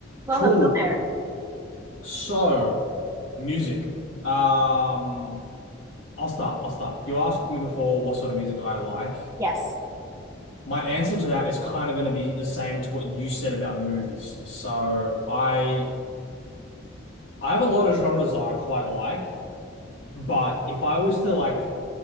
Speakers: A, on the right (about 15°); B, on the left (about 75°).
A: Well,
B: Cool.
A: hello there.
B: So, music. Um, I'll start. I'll start. You asked me before what sort of music I like.
A: Yes.
B: My answer to that is kind of going to be the same to what you said about movies. So, I I have a lot of genres that I quite like, but if I was to like